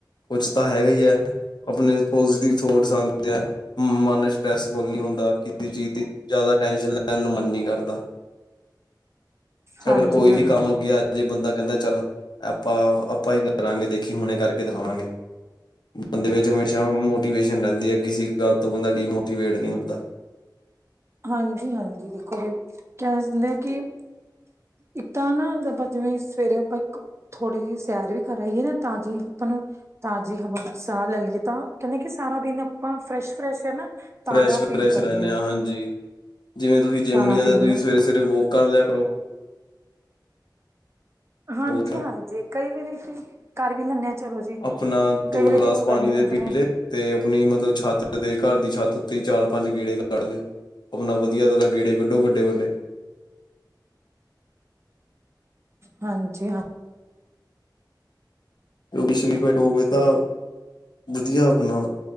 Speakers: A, on the left; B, on the right.
A: ਕੁਛ ਤਾਂ ਹੈਗਾ ਹੀ ਹੈ ਆਪਣੇ ਪੋਜ਼ਟਿਵ ਥੋਟਸ ਆਂਦੇ ਹੈ। ਮਨ ਸਟ੍ਰੈਸਫੁੱਲ ਨਹੀਂ ਹੁੰਦਾ ਕਿਸੇ ਚੀਜ਼ ਦੀ ਜਾਦਾ ਟੈਸ਼ਨ ਲੈਣ ਨੂੰ ਮਨ ਨੀ ਕਰਦਾ।
B: ਹਾਂਜੀ-ਹਾਂਜੀ।
A: ਅਗਰ ਕੋਈ ਵੀ ਕੰਮ ਅੱਗੇ ਆ ਜੇ ਬੰਦਾ ਕਹਿੰਦਾ ਚੱਲ ਆਪਾਂ, ਆਪਾਂ ਹੀ ਕਰਾਂਗੇ ਦੇਖੀ ਹੁਣੇ ਕਰਕੇ ਦਿਖਾਵਾਂਗੇ। ਬੰਦੇ ਵਿੱਚ ਹਮੇਸ਼ਾ ਮੋਟੀਵੇਸ਼ਨ ਰਹਿੰਦੀ ਹੈ ਕਿਸੇ ਗੱਲ ਤੋਂ ਬੰਦਾ ਡੀਮੋਟੀਵੇਟ ਨੀ ਹੁੰਦਾ।
B: ਹਾਂਜੀ-ਹਾਂਜੀ ਦੇਖੋ ਜੀ ਕਹਿ ਸਕਦੇ ਆ ਕਿ ਇੱਕ ਤਾ ਨਾ ਆਪਾ ਜਿਵੇ ਸਵੇਰੇ ਆਪਾ ਥੋੜ੍ਹੀ ਜਿਹੀ ਸੈਰ ਵੀ ਕਰ ਆਈਏ ਨਾ ਤਾ ਜੀ ਆਪਾ ਨੂੰ ਤਾਜ਼ੀ ਹਵਾ ਵਿੱਚ ਸਾਹ ਲੈ ਲਈਏ ਤਾ ਕਹਿੰਦੇ ਕਿ ਸਾਰਾ ਦਿਨ ਆਪਾ ਫਰੈਸ਼-ਫਰੈਸ਼ ਹੈ ਨਾ ਤਾਜ਼ਾ
A: ਫਰੈਸ਼-ਫਰੈਸ਼
B: ਫੀਲ ਕਰਦੇ
A: ਰਹਿੰਨੇ
B: ਹਾਂ
A: ਹਾ ਹਾਂਜੀ। ਜਿਵੇ ਤੁਸੀ
B: ਸਾਰਾ
A: ਜਿੰਮ ਨਿ ਜਾਂਦੇ
B: ਦਿਨ
A: ਤੁਸੀਂ ਸਵੇਰੇ-ਸਵੇਰੇ ਵੋਕ ਕਰ ਲਿਆ ਕਰੋ।
B: ਹਾਂਜੀ-ਹਾਂਜੀ
A: ਉਹ ਕਿਆ
B: ਕਈ ਵਾਰੀ ਕਿ ਕਰ ਵੀ ਲੈਨੇ ਆ। ਚਲੋ ਜੀ
A: ਆਪਨਾ
B: ਕਈ
A: ਦੋ
B: ਵੇਲੇ
A: ਗਿਲਾਸ
B: ਜੇ ਹੁਣ
A: ਪਾਣੀ
B: ਗਰਮੀ
A: ਦੇ
B: ਹੈ
A: ਪੀ
B: ਜਿਵੇਂ
A: ਲਏ। ਤੇ ਆਪਣੀ ਮਤਲਬ ਛੱਤ ਤੇ ਘਰ ਦੀ ਛੱਤ ਉੱਤੇ ਹੀ ਚਾਰ-ਪੰਜ ਗੇੜੇ ਕਡ ਲੈ। ਆਪਣਾ ਵਧੀਆ ਤਰ੍ਹਾ ਗੇੜੇ ਕੱਢੋ ਵੱਡੇ-ਵੱਡੇ।
B: ਹਾਂਜੀ ਹਾਂ
A: ਕਿਉਂਕਿ ਸ਼ਰੀਰ ਫੇਰ ਉਵੇਂ ਦਾ ਵਧੀਆ ਆਪਣਾ